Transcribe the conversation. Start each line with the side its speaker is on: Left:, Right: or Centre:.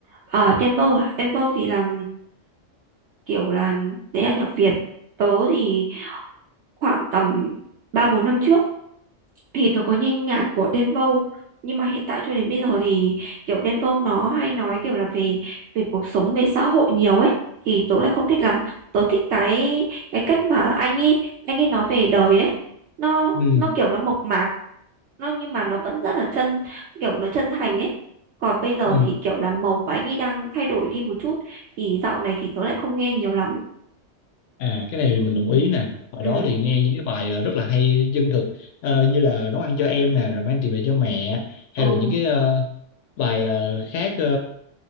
Right: ở Dembow à Dembow thì là kiểu là đấy là nhạc Việt tớ thì khoảng tầm ba bốn năm trước thì tôi có nghe nhạc của Đen Vâu nhưng mà hiện tại cho đến bây giờ thì kiểu Đen Vâu nó hay nói kiểu là về về cuộc sống về xã hội nhiều ấy thì tớ lại không thích lắm tớ thích cái cái cách mà anh ấy anh ấy nói về đời ấy nó
Left: Ừ,
Right: nó kiểu nó mộc mạc nó nhưng mà nó vẫn rất là chân kiểu nó chân thành ấy còn bây giờ
Left: ừ.
Right: thì kiểu là màu của anh ấy đang thay đổi đi một chút thì dạo này thì tớ lại không nghe nhiều lắm
Left: À cái này thì mình đồng
Right: ừ
Left: ý nè. Hồi
Right: ừ,
Left: đó thì nghe những cái bài ờ, rất là hay chân thực ờ, như là nấu ăn cho em nè, rồi mang tiền về cho mẹ hay
Right: ừ
Left: là những cái ờ, bài ờ, khác ờ,